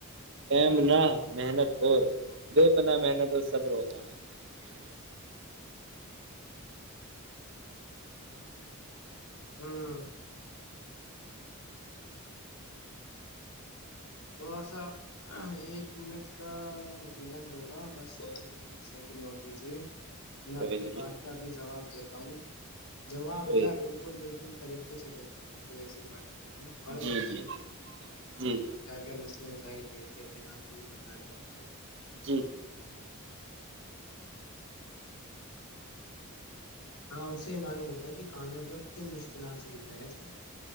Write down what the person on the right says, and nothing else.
م نہ <unintelligible> محنت اور بے پناہ محنت اور صبر ہوتا ہے <unintelligible>
کوئی
نہیں
کوئی
جی جی
جی
جی